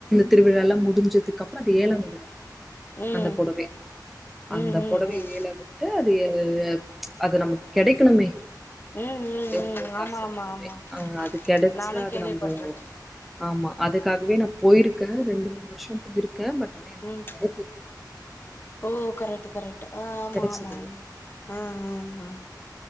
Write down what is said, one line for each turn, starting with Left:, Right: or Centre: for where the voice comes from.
Centre: திருவிழாலா முடிஞ்சதுக்கப்றோ அத ஏல வி ருவாங்க
Left: ம்
Centre: அந்த பொடவே
Left: ம் ம்
Centre: அந்த பொடவைய
Left: ம்
Centre: ஏழ விட்டு அது எ அஹ் எ அது நமக் கெடைக்கணுமே
Left: ம் ம்
Centre: எவ்ளோ
Left: ம்
Centre: காசு
Left: ஆமா
Centre: இருந்தாலுமே
Left: ஆமா ஆமா
Centre: அவ்ங்க அது கெடைச்சா
Left: நானு
Centre: அது
Left: கேள்விப்பட்ருக்கே
Centre: நம்போ ஆமா அதுக்காகவே நா போயிருக்கே நானு ரெண்டு மூணு வர்ஷ போயிருக்கே பட் ஆனா எனக்
Left: ம்
Centre: கெடைக்கு
Left: ஓ கரெக்ட்டு கரெக்ட்டு ஆமாம்மாம்மா
Centre: கெடைச்சதில்ல
Left: அஹ் அஹ் அஹ்